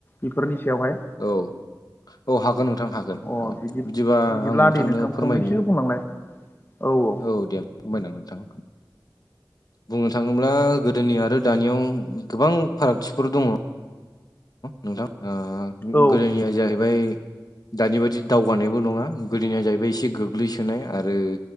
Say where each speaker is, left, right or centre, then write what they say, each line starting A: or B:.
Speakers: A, on the left; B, on the left.
A: बेफोरनि सायावहाय।
B: औ औ हागोन नोंथां हागोन
A: अ
B: हागोन
A: बिदि
B: बिदिबा
A: बिदिब्ला
B: आं नोंथांनो
A: दे नोंथां
B: फोरमायनो
A: फंनैसो बुंलांलाय। औ।
B: औ दे आं खमायना नोंथां। बुंनो थाङोब्ला गोदोनि आरो दानियाव गोबां फारागथिफोर दङ नोंथां ओ
A: औ
B: गोदोनिया जाहैबाय दानि बायदि दावगानायबो नङा गोदोनाया जाहैबाय एसे गोग्लैसोनाय आरो